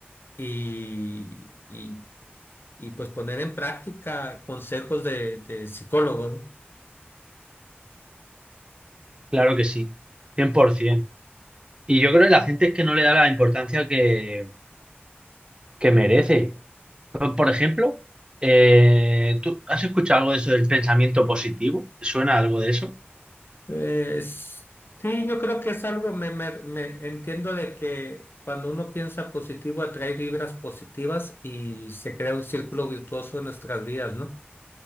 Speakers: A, on the left; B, on the right.
A: y, y, y, pues poner en práctica consejos de, de psicólogos. ¿no?
B: Claro que sí, 100%. Y yo creo que la gente es que no le da la importancia que, que merece. Por por ejemplo, eh, ¿tú has escuchado algo de eso del pensamiento positivo? ¿Te ¿Suena algo de eso?
A: Es- sí, yo creo que es algo, me, me- me entiendo de que cuando uno piensa positivo atrae vibras positivas y se crea un círculo virtuoso en nuestras vidas, ¿no?